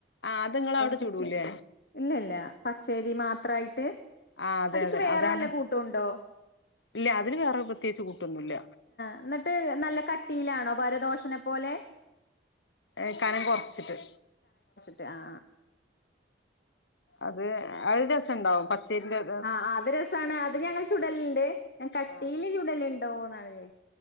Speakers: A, on the left; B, on the left.
A: ആ അത് നിങ്ങള അവിടെ
B: പച്ച
A: ചുടൂലേ
B: ഇല്ല ഇല്ല പച്ചൈരി മാത്രായിട്ട്
A: ആ അതെ
B: അതിക്ക്
A: അതെ
B: വേറെ
A: അതാണ്
B: വല്ല കൂട്ടും ഉണ്ടോ
A: ഇല്ല അതിന് വേറെ പ്രത്യേകിച്ച് കൂട്ടൊന്നുമല്ല
B: എന്നിട്ട് നല്ല കട്ടിയിലാണോ പാര് ദോശനെ പോലെ
A: ഏ കനം കുറച്ചിട്ട്
B: ആ ആ
A: അത് അത് ജെസ് പച്ചരിന്റെ
B: ആ അത് രസമാണ് അത് ഞങ്ങള് ചുടലുണ്ട് ഞാൻ കട്ടീല്
A: ആ
B: ചുടലുണ്ടോ എന്നാണ് ചോദിച്ചത്